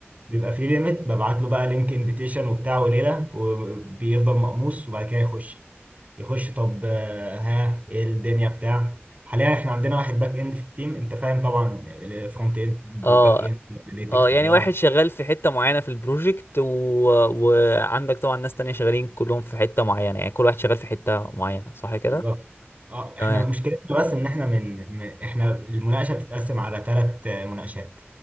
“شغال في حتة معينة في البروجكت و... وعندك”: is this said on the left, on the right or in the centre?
Left